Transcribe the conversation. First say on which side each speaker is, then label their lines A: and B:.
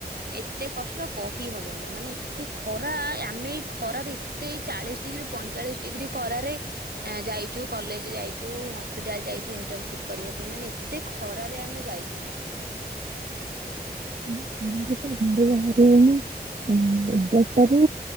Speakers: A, on the right; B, on the right.
A: ଏତେ କଷ୍ଟ କହିହବନି ମାନେ ଏତେ ଖରା ଆମେ ଏଇ ଖରାରେ ଏତେ ଏଇ ଚାଳିଶ ଡି ଇରୁ ପଇଁଚାଳିଶି ଡିଗ୍ରୀ ଖରାରେ ଯାଇଚୁ କଲେଜ ଯାଇଚୁ ହସ୍ପିଟାଲ୍ ଯାଇଚୁ ଇଣ୍ଟନସିପ୍ କ କରିଆ ପାଇଁ ମାନେ ଏତେ ଖରାରେ ଆମେ ଯାଇଚୁ।
B: ଆମ <inaudible> ଘରୁ ବାହାରି ହୋଉନି ଆଉ ଏଗାରଟାରୁ